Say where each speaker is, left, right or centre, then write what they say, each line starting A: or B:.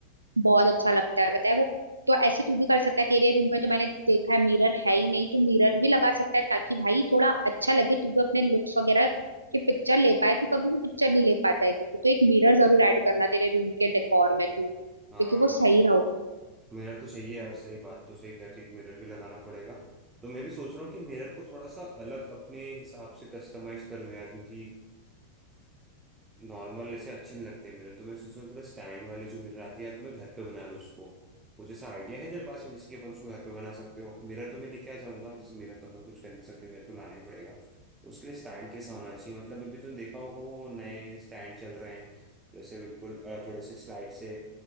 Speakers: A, on the right; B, on the right.
A: बहुत अच्छा लगता है बताए वो तो ऐसे तू भी कर सकता है तेरे रूम में तो मैंने देखा है मिरर है ही नहीं तो मिरर भी लगा सकता है ताकि भाई थोड़ा अच्छा लगे तू भी अपने लुक्स वगैरह की पिक्चर ले पाए तू कभी भी पिक्चर नहीं ले पाता है क्योंकि तो एक मिरर जरूर ऐड करना तेरे रूम के डेकोर में तू क्योंकि
B: हाँ
A: वो सही
B: मिरर तो चाहिए यार सही बात तो सही कह रही मिरर भी लगाना पड़ेगा तो मैं भी सोच रहा हूँ कि मिरर को थोड़ा सा अलग अपने हिसाब से कस्टमाइज करूँ यार क्योंकि नॉर्मल ऐसे अच्छे नहीं लगते मेरे तो मैं सोच रहा हूँ थोड़ा स्टैंड वाले जो मिरर आते हैं या तो मैं घर पे बना लूँ उसको वो जैसा आइडिया है तेरे पास में जैसे कि अपन उसको घर पे बना सकते हो मिरर तो मैं लेके आ जाऊंगा जैसे मिरर तो अपन कुछ कर नहीं सकते मिरर तो लाना ही पड़ेगा उसके लिए स्टैंड कैसा होना चाहिए मतलब अभी तुमने देखा होगा वो नए स्टैंड चल रहे हैं जैसे बिल्कुल अ, थोड़े से स्लाइड से